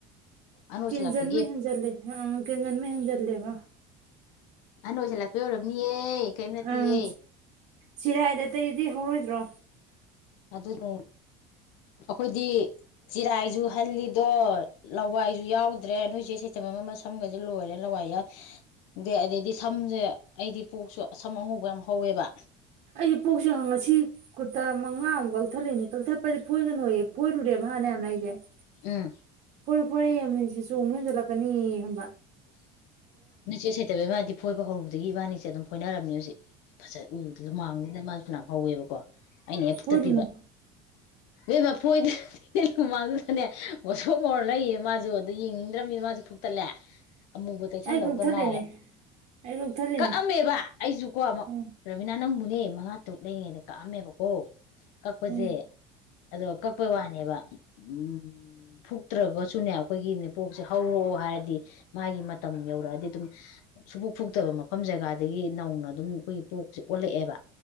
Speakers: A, on the left (about 75°); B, on the right (about 45°).
A: ꯑꯍꯟ ꯑꯣꯏꯁꯜꯂꯛꯄꯒꯤ
B: ꯀꯤꯟꯖꯟꯕ ꯍꯦꯟꯖꯤꯜꯂꯦ ꯑ ꯑ ꯀꯤꯟꯖꯟꯕ ꯍꯦꯟꯖꯜꯂꯦꯕ
A: ꯑꯍꯟ ꯑꯣꯏꯁꯜꯂꯛꯄꯩ ꯑꯣꯏꯔꯝꯅꯤꯌꯦ ꯀꯩꯝ ꯅꯠꯇꯤꯌꯦ
B: ꯎꯝ ꯆꯔꯥꯏꯗ ꯑꯇꯩꯗꯤ ꯍꯧꯔꯣꯏꯗ꯭ꯔꯣ
A: ꯑꯗꯨꯅꯦ ꯑꯩꯈꯣꯏꯗꯤ ꯆꯤꯔꯥꯏꯁꯨ ꯍꯜꯂꯤꯗꯣ ꯂꯋꯥꯏꯁꯨ ꯌꯥꯎꯗ꯭ꯔꯦ ꯅꯣꯏꯁꯦ ꯁꯩꯇꯝ ꯑꯃ ꯁꯝꯒꯁꯦ ꯂꯣꯏꯔꯦ ꯂꯋꯥꯏ ꯌꯥꯎꯗꯦ ꯑꯗꯩꯗꯤ ꯁꯝꯁꯦ ꯑꯩꯗꯤ ꯄꯣꯛꯁꯨ ꯁꯝ ꯑꯉꯨꯧꯕ ꯌꯥꯝ ꯍꯧꯋꯦꯕ
B: ꯑꯩ ꯄꯣꯛꯁꯦ ꯉꯁꯤ ꯀꯨꯇꯥ ꯃꯉꯥꯃꯨꯛ ꯀꯛꯊꯠꯂꯛꯏꯅꯦ ꯀꯛꯊꯠ ꯗꯤ ꯐꯣꯏꯒꯅ ꯑꯣꯏꯌꯦꯦ ꯐꯣꯏꯔꯨꯨꯔꯦꯕ ꯃꯥꯥꯟꯅ ꯌꯥꯝꯥꯟꯅ ꯑꯩꯁꯦꯣꯏ
A: ꯎꯝ
B: ꯍꯣꯔꯦ ꯑꯃꯅꯤꯁꯤ ꯆꯣꯡꯕ ꯍꯦꯟꯖꯜꯂꯛꯀꯅꯤ ꯍꯕ
A: ꯏꯁ ꯆꯦ ꯁꯩꯇꯕꯒꯤ ꯃꯥꯗꯤ ꯐꯣꯏꯕ ꯍꯧꯔꯨꯗꯦ ꯑꯗꯨꯗꯒꯤ ꯏꯕꯥꯅꯤꯁꯦ ꯑꯗꯨꯝ ꯐꯣꯏꯅꯔꯝꯃꯤ ꯍꯧꯖꯤꯛ ꯐꯖꯠ ꯎꯗꯨꯁꯨ ꯃꯥꯡꯗꯅ ꯃꯥꯁꯨ ꯐꯅꯥ ꯍꯧꯋꯦꯕꯀꯣ ꯑꯩꯅ ꯍꯦꯛ ꯐꯨꯛꯇꯠꯄꯤꯕ
B: ꯐꯣꯏꯔꯨꯅꯨ
A: ꯏꯕꯦꯝꯃ ꯐꯣꯏꯗꯦ ꯃꯥꯡꯗꯨꯗꯅꯦ ꯉꯧꯁꯣꯛ ꯉꯧꯔ ꯂꯩꯌꯦ ꯃꯥꯁꯨ ꯑꯗꯨ ꯌꯦꯡꯉ ꯅꯤꯅ ꯃꯥꯁꯨ ꯐꯨꯛꯇꯠꯂꯦ ꯑꯃꯨꯕ ꯇꯩꯁꯟꯗꯧꯗ
B: ꯑꯩ ꯀꯛꯊꯠꯂꯤꯅꯦ
A: ꯉꯥꯏꯔꯦ
B: ꯑꯩ ꯀꯛꯊꯠꯂꯤꯅꯦ
A: ꯀꯛꯑꯝꯃꯦꯕ ꯑꯩꯁꯨ ꯀꯣ ꯑꯃꯨꯛ
B: ꯎꯝ
A: ꯔꯕꯤꯅꯥ ꯅꯪ ꯅꯅꯦ ꯃꯉꯥ ꯇꯔꯨꯛ ꯂꯩꯔꯤꯉꯩꯗ ꯀꯛꯑꯝꯃꯦꯕꯀꯣ ꯀꯛꯄꯁꯦ
B: ꯎꯝ
A: ꯑ ꯀꯛꯄꯩ ꯋꯥꯅꯦꯕ ꯎ ꯐꯨꯛꯇ꯭ꯔꯒꯁꯨꯅꯦ ꯑꯩꯈꯣꯏꯒꯤꯅꯦ ꯄꯣꯛꯁꯦ ꯍꯧꯔꯛꯑꯣ ꯍꯥꯏꯔꯗꯤ ꯃꯥꯒꯤ ꯃꯇꯝ ꯌꯧꯔꯛꯑꯗꯤ ꯑꯗꯨꯝ ꯁꯨꯕꯨꯛ ꯐꯨꯛꯇꯕ ꯃꯐꯝ ꯖꯒꯥꯗ ꯑꯗꯒꯤ ꯅꯧꯅ ꯑꯗꯨꯝ ꯑꯩꯈꯣꯏꯒꯤ ꯄꯣꯛꯁꯦ ꯑꯣꯜꯂꯛꯑꯦꯕ